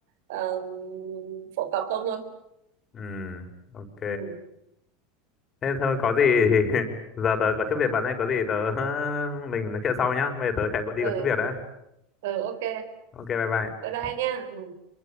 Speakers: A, on the right; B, on the left.
A: um, phổ cập không thôi
B: ừ ok
A: ừ.
B: Thế thôi có gì thì <laughs> giờ tớ có chút việc bạn ấy, có gì tớ <laughs> mình nói chuyện sau nhá. Bây giờ tớ chạy có đi
A: ừ
B: có chút việc đấy.
A: ừ ok
B: Ok bye bye.
A: bye bye nha ừ.